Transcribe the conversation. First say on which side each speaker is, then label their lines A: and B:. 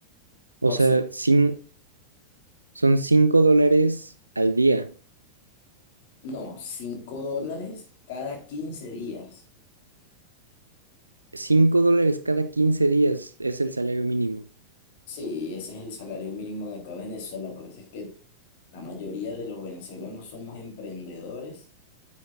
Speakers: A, on the right; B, on the left.
A: O
B: por
A: sea,
B: ser.
A: cin- son 5 dólares al día.
B: No, 5 dólares cada 15 días.
A: cinco dólares cada quince días es el salario mínimo.
B: Sí, ese es el salario mínimo de acá de Venezuela, por eso es que la mayoría de los venezolanos somos emprendedores